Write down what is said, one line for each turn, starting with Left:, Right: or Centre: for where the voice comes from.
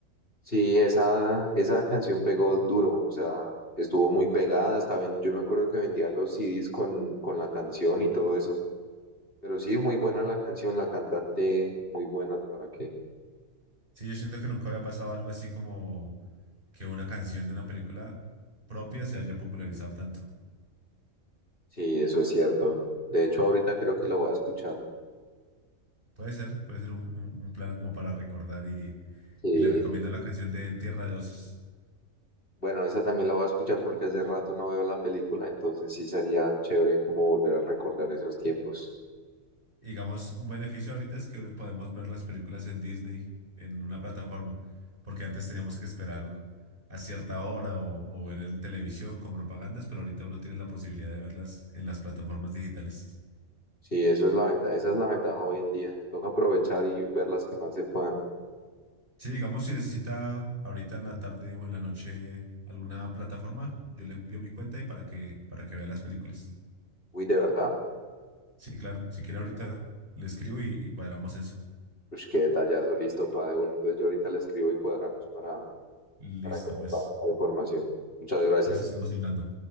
Left: Sí, esa, esa canción pegó duro, o sea, estuvo muy pegada, hasta ven- yo me acuerdo que vendían los CDs con, con la canción y todo eso. Pero sí, muy buena la canción, la cantante, muy buena, ¿para qué?
Right: Sí, yo siento que nunca había pasado algo así como que una canción de una película propia se haya popularizado tanto.
Left: Sí, eso es cierto. De hecho, ahorita creo que la voy a escuchar.
Right: Puede ser, puede ser un, un- un plan como para recordar y,
Left: Sí,
Right: y le recomiendo la canción de Tierra de Osos.
Left: Bueno, esa también la voy a escuchar porque hace rato no veo la película, entonces sí sería chévere como volver a recordar esos tiempos.
Right: Y digamos, un beneficio ahorita es que podemos ver las películas en Disney, en una plataforma, porque antes teníamos que esperar a cierta hora o, o ver en televisión con propagandas, pero ahorita uno tiene la posibilidad de verlas en las plataformas digitales.
Left: Sí, eso es la ventaja, esa es la ventaja hoy en día. Toca aprovechar y ver las que más se puedan.
Right: Sí, digamos, si necesita ahorita en la tarde o en la noche alguna plataforma, yo le envío mi cuenta y para que, para que vea las películas.
Left: Uy, de verdad,
Right: Sí, claro, si quiere ahorita le escribo y, y cuadramos eso.
Left: pues qué detallazo, listo, padre. Bueno, entonces yo ahorita le escribo y cuadramos para,
Right: Listo,
Left: para que me
Right: pues.
Left: pase la información. Muchas gracias.
Right: Entonces estamos hablando.